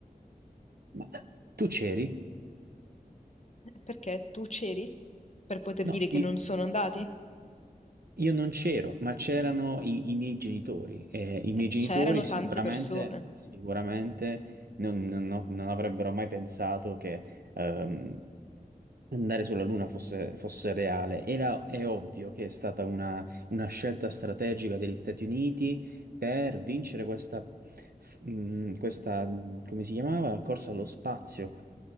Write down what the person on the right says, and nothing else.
Ma tu c'eri?
No,
i-
Io non c'ero, ma c'erano i, i miei genitori. e i miei
genitori
sicuramente,
sicuramente non, non- non avrebbero mai pensato che ehm, andare sulla Luna fosse, fosse reale. Era, è ovvio che è stata una, una scelta strategica degli Stati Uniti per vincere questa, f- mh, questa, come si chiamava? Corsa allo spazio